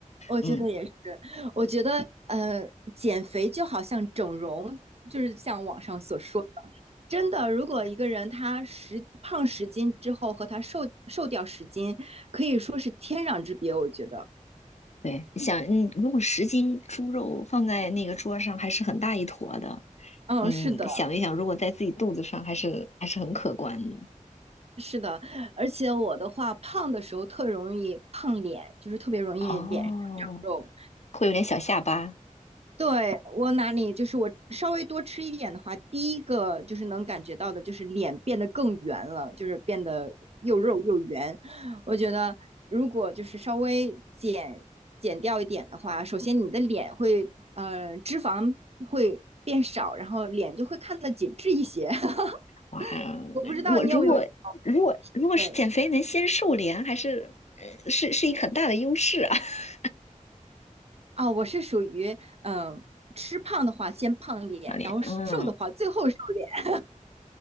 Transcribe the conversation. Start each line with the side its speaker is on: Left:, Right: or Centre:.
Right: 我觉得也是，
Left: 嗯，
Right: 我觉得，呃，减肥就好像整容，就是像网上所说的，真的，如果一个人他十胖十斤之后和他瘦瘦掉十斤，可以说是天壤之别，我觉得。
Left: 对，你想，嗯，如果十斤猪肉放在那个桌上，还是很大一坨的。
Right: 嗯，
Left: 嗯，
Right: 是的，
Left: 想一想，如果在自己肚子上，还是还是很可观的。
Right: 是的，而且我的话，胖的时候特容易胖脸，就是特别容易脸上肉，
Left: 哦，会有点小下巴。
Right: 对，我哪里就是我稍微多吃一点的话，第一个就是能感觉到的，就是脸变得更圆了，就是变得又肉又圆。我觉得如果就是稍微减减掉一点的话，首先你的脸会呃脂肪会变少，然后脸就会看得紧致一些。<laughs>
Left: 哇，
Right: 我不知道你有没有
Left: 我如果如果如果是减肥能先瘦脸，
Right: 体会
Left: 还是呃是是一个很大的优势啊。<laughs>
Right: 啊？我是属于嗯、呃吃胖的话先胖脸，
Left: 好脸，
Right: 然后瘦的话最后瘦脸。
Left: 嗯。